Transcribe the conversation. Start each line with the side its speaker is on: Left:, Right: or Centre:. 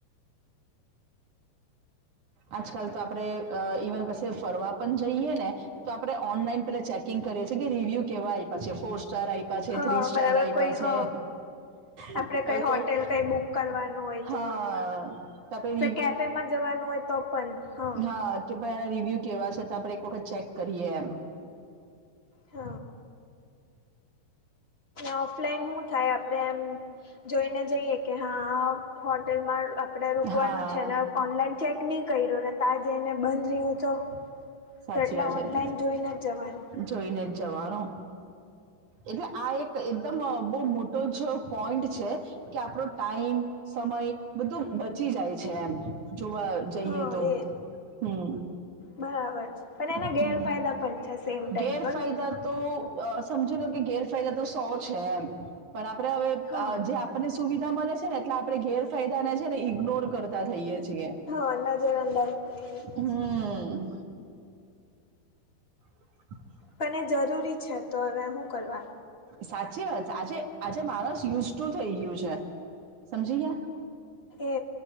Right: આજકાલ તો આપણે અ ઈવન કશે ફરવા પણ જઈએ ને તો આપણે ઓનલાઈન પેહલાં ચેકિંગ કરીએ છીએ કે રિવ્યુ કેવા આય્પા છે ફોર સ્ટાર આપ્યા છે
Left: હ
Right: થ્રી સ્ટાર
Left: બરાબર
Right: આપ્યા
Left: કોઈ હ
Right: છે હવે
Left: આપણે કઈ હોટેલ
Right: કોઈ
Left: કાઈ બુક કરવાનું હોય
Right: હા
Left: તો
Right: તો આપણે
Left: કેફેમાં જવાનું હોય તો પણ. હા
Right: હ કે ભાઈ આના રિવ્યુ કેવા છે તો આપણે એક વખત ચેક કરીએ એમ.
Left: હ. ઓફલાઈન હું થાય આપણે એમ જોઈને જઈએ કે હા હોટેલમાં આપણે રુકાવાનું
Right: હા
Left: છે ન. ઓનલાઈન ચેક ની કર્યુ ને ત્યાં જઈને બંધ રહ્યું તો?
Right: સાચી
Left: તો એટલે
Right: વાત
Left: ઓનલાઈન
Right: છે
Left: જોઈને જ જવાનું.
Right: જોઈને જ જવાનો એટલે આ એક એકદમ બહુ મોટો જો પોઈન્ટ છે કે આપણો ટાઈમ સમય બધું બચી જાય છે એમ જોવા જઈએ
Left: હ
Right: તો
Left: એ
Right: હમ
Left: બરાબર. પણ એના
Right: હમ.
Left: ગેરફાયદા પણ છે સેમ ટાઈમ
Right: ગેરફાયદા
Left: પર
Right: સમજી લો કે ગેરફાયદા તો સો છે એમ પણ આપણે હવે
Left: હા
Right: જે અને સુવિધા મળે છે ને એટલે આપણે ગેરફાયદા ને છે ને ઈગનોર કરતા થઈએ છીએ
Left: હા નજર અંદાજ કરી દીધા
Right: હમ
Left: છે
Right: <inaudible>
Left: પણ એ જરૂરી છે તો હવે શું કરવા
Right: સાચી વાત છે આજે આજે મારો જ યુઝ ર્થૂ થઈ ગયું છે સમજી ગયા
Left: એ